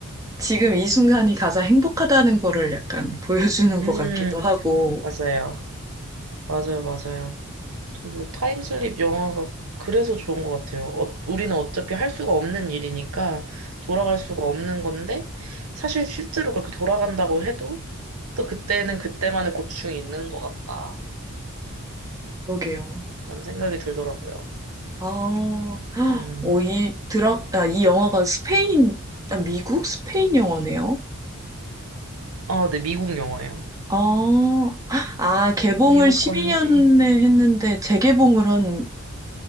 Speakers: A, on the right; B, on the right.
A: 지금 이 순간이 가장 행복하다는 거를 약간 보여주는
B: 음,
A: 것 같기도 하고,
B: 맞아요. 맞아요, 맞아요. 저도 타임슬립 영화가 그래서 좋은 것 같아요. 어, 우리는 어차피 할 수가 없는 일이니까 돌아갈 수가 없는 건데, 사실 실제로 그렇게 돌아간다고 해도 또 그때는 그때만의 고충이 있는 것 같다.
A: 그러게요.
B: 그런 생각이 들더라고요.
A: 아,
B: 음.
A: 오, 이 드라, 아, 이 영화가 스페인, 아, 미국? 스페인 영화네요.
B: 아, 네, 미국 영화예요.
A: 아, 아, 개봉을
B: 미국
A: 12년에
B: 건데,
A: 했는데 재개봉을 한